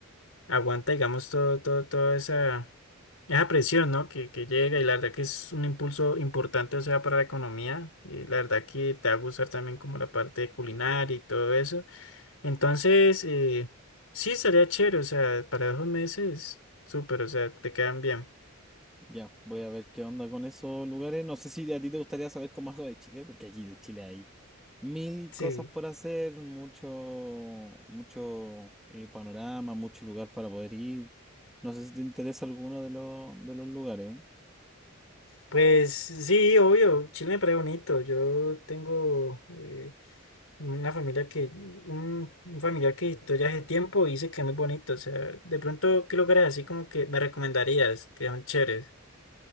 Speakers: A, on the left; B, in the centre.
A: aguanta, digamos, todo, todo, toda esa, esa presión, ¿no? Que, que llega y la verdad que es un impulso importante, o sea, para la economía, y la verdad que te va a gustar también como la parte culinaria y todo eso. Entonces, eh, sí, estaría chévere, o sea, para dos meses, súper, o sea, te quedan bien.
B: Ya, voy a ver qué onda con esos lugares. No sé si a ti te gustaría saber como algo de Chile, porque aquí de Chile hay mil
A: Sí,
B: cosas por hacer, mucho, mucho eh, panorama, mucho lugar para poder ir. No sé si te interesa alguno de los, de los lugares.
A: pues sí, obvio, Chile me parece bonito. Yo tengo eh, una familia que, un, un familiar que visitó ya hace tiempo y dice que es muy bonito. O sea, de pronto, ¿qué lugares así como que me recomendarías? Que son chéveres.